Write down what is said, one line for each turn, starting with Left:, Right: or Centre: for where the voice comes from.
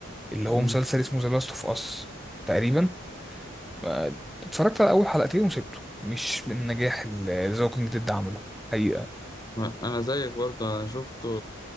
Centre: اللي
Left: مم.
Centre: هو مسلسل اسمه ذا لاست اوف اس تقريبا ما- اتفرجت على اول حلقتين وسبته مش بالنجاح اللي ذا ووكينج ديد عمله حقيقه
Left: ما- أنا زيك برضه أنا شفته